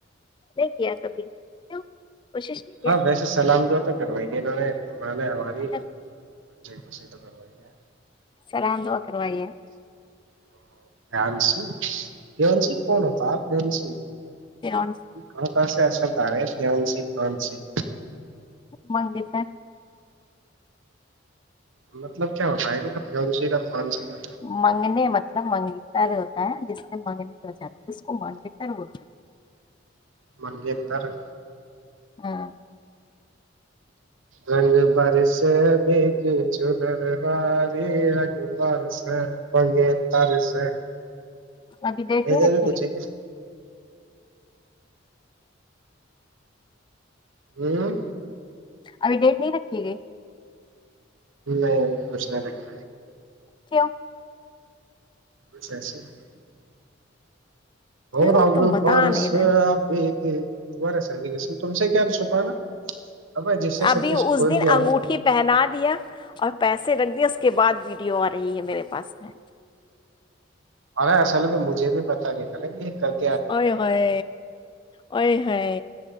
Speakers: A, on the left; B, on the right.
A: دیک کیا کبھی کیوں کوشش نہیں کیا
B: ہاں ویسے سلام دعا تو کاروائی ہے انہوں نے پہلے ہماری
A: اچھا
B: بس تو کروائی ہیں
A: لسلام دعا کروائیے ہیں
B: <inaudible>
A: فیونسی
B: <inaudible> ‌ فیونسی فیونسی
A: منگیتر
B: مطلب کیا ہوتا ہے فیونسے کا کا
A: منگنے مطلب منگنے تر ہوتا ہے جس سے منگنی ہو جاتی ہے اس کو منگیتر بولتے ہیں
B: منگیتر
A: ہاں
B: رنگ برس بیک چو نر باری رنگ بر ا بگے تاریس
A: ابھی ڈیٹ
B: ادھر
A: نہیں رکھی
B: بھی کچھ
A: گئی
B: ہے کیا ہوں
A: ابھی ڈیٹ نہیں رکھی گئی
B: نہیں کچھ نہیں رکھ
A: کیوں
B: بس ایسے ہی او
A: ارے
B: رنگ
A: تم بتا
B: برسے
A: نہیں رہے ہو
B: بھی ارا سردی کے س تم سے کیا چھپانا اب جس سے سب
A: ابھی
B: کچھ
A: اس
B: کھول
A: دن
B: دیا
A: انگوٹھی
B: ہو
A: پہنا دیا اور پیسے رکھ دیا اس کے بعد ویڈیو آ رہی ہے میرے پاس میں
B: ارے اصل میں مجھے بھی پتا نہیں تھا نا کہ یہ ک
A: اوئے ہوئے اوئے ہوئے ہے